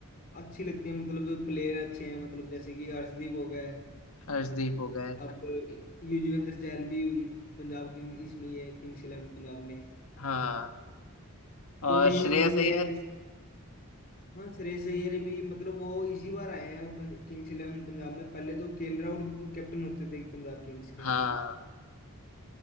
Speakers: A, on the left (about 40°); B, on the left (about 75°).
A: अच्छी लगती है मतलब प्लेयर अच्छे हैं मतलब जैसे कि अर्शदीप हो गया है,
B: हर्षदीप हो गए
A: अब युजवेंद्र चहल भी पंजाब किंग इसमें ही है किंग्स इलेवन पंजाब में
B: हाँ
A: तो
B: और
A: मेन
B: श्रेयस
A: यही
B: अय्यर
A: है जैसे हाँ श्रेयस अय्यर भी मतलब वो इसी बार आए हैं किंग्स इलेवन पंजाब में पहले तो केएल राहुल कैप्टन होते थे पंजाब किंग्स
B: हाँ
A: के